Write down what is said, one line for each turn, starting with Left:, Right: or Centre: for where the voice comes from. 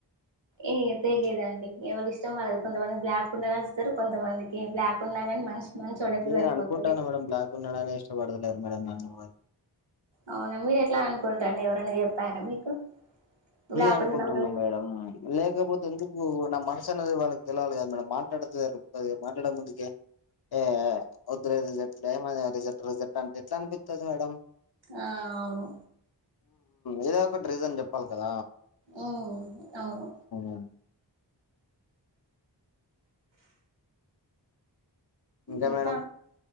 Right: ఏ తెలిదుండి ఎవరు ఇష్టం వాళ్లేదు కొంతమంది బ్లాక్ ఉండాల ఇస్తారు కొంతమందికి బ్లాక్ ఉన్నా గాని మనిషి మంచోడైతే
Left: నే
Right: సరిపోతది
Left: అనుకుంటాను మేడమ్ బ్లాకు ఉన్నాడా ఎస్ ఇష్టపడుతలేరు మేడం నన్నెవ్వరు
Right: అవునా మీరు ఎట్లా అనుకుంటారండి ఎవరన్నా చెప్పారా మీకు
Left: నేను
Right: బ్లాక్
Left: అనుకుంటున్నా
Right: ఉండడం వల్ల
Left: మేడం లేకపోతే ఎందుకు నా మనసు అనేది వాళ్ళకి తెలవాలి కాద మేడం మాట్లాడత మాట్లాడ ముందుకే ఏ ఉదర రిజర్ట్లే మన రిజర్ట్ రిజర్ట్ అంటే ఎట్లా అనిపిస్తది మేడం
Right: ఆ అవును
Left: ఇదే ఒకటి రీజన్ చెప్పాలి ఇదా
Right: ఆ అవును
Left: ఉమ్. ఇంకా
Right: ఇంక
Left: మేడం